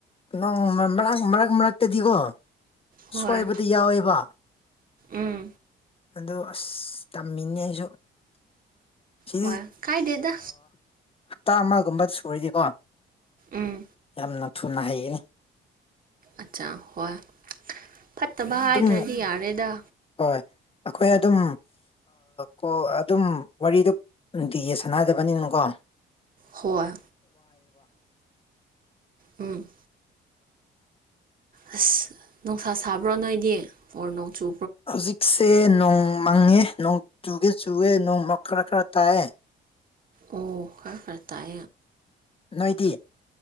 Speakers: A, on the left (about 30°); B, on the right (about 45°).
A: ꯀ ꯃꯔꯛ ꯃꯔꯛ ꯃꯔꯛꯇꯗꯤꯀꯣ
B: ꯍꯣꯏ
A: ꯁꯣꯏꯕꯗꯤ ꯌꯥꯎꯋꯦꯕ
B: ꯎꯝ
A: ꯑꯗꯣ ꯑꯁ ꯇꯝꯃꯤꯅꯦ ꯑꯩꯁꯨ ꯁꯤ
B: ꯍꯣꯏ ꯀꯥꯏꯗꯦꯗ
A: ꯍꯞꯇꯥ ꯑꯃꯒꯨꯝꯕ ꯁꯔꯤꯗꯤꯀꯣ
B: ꯎꯝ
A: ꯌꯥꯝꯅ ꯊꯨꯅ ꯍꯩꯌꯦ
B: ꯑꯠꯆꯥ ꯍꯣꯏ ꯐꯠꯇꯕ ꯍꯥꯏꯗ꯭ꯔꯗꯤ
A: ꯑꯗꯨꯝ
B: ꯌꯥꯔꯦꯗ
A: ꯍꯣꯏ ꯑꯩꯈꯣꯏ ꯑꯗꯨꯝ ꯀꯣ ꯑꯗꯨꯝ ꯋꯥꯔꯤꯗꯨ ꯅꯨꯡꯇꯤꯒꯤ ꯁꯥꯟꯅꯥꯗꯕꯅꯤꯅꯀꯣ
B: ꯍꯣꯏ ꯎꯝ ꯑꯁ ꯅꯨꯡꯁꯥ ꯁꯥꯕ꯭ꯔꯣ ꯅꯣꯏꯗꯤ ꯑꯣꯔ ꯅꯣꯡꯆꯨ
A: ꯍꯧꯖꯤꯛꯁꯦ ꯅꯣꯡ ꯃꯪꯉꯦ ꯅꯣꯡ ꯆꯨꯒꯦ ꯆꯨꯋꯦ ꯅꯣꯡꯃ ꯈꯔ ꯈꯔ ꯇꯥꯏꯑ
B: ꯑꯣ ꯀꯇꯥꯑ
A: ꯅꯣꯏꯇ